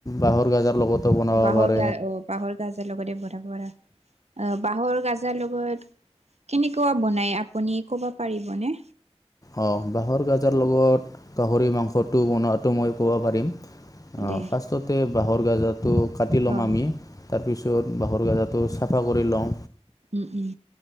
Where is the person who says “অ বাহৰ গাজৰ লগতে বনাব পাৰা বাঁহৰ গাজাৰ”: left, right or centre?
Right